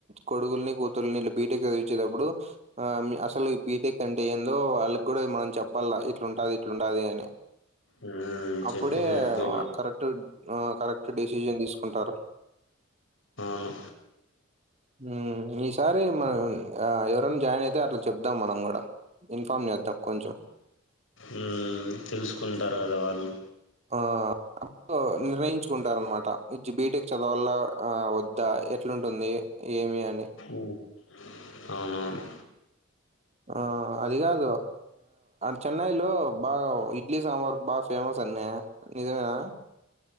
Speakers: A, on the right; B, on the left.
A: కొడుగుల్ని కూతుల్ని ఇట్ల బీటెక్ చదివిచ్చేదప్పుడు ఆమి అసలు ఈ బీటెక్ అంటే ఏందో వాళ్ళక్కూడా మనం చెప్పాల్ల ఇట్లుంటాది ఇట్లుంటాది అని
B: ఉమ్ చెప్పి
A: అప్పుడే
B: చేర్పియాల
A: కరెక్ట్ ఆ కరెక్ట్ డెసిషన్ తీస్కుంటారు
B: ఉ
A: ఊ ఈసారి మనం ఆ ఎవరైనా జాయిన్ అయితే అట్లా చెప్దాం మనం కూడా ఇన్ఫామ్ చేద్దాం కొంచెం
B: మ్మ్ తెలుసుకుంటారు కదా వాళ్ళు
A: ఆ అప్పు నిర్ణయించుకుంటారన్నమాట బీటెక్ చదవల్ల వద్దా ఎట్లుంటుంది. ఏమి అని
B: ఉమ్, అవునవును
A: ఆ అది కాదు చెన్నైలో బాగా ఇడ్లీ సాంబార్ బా ఫేమస్ అన్నే నిజమేనా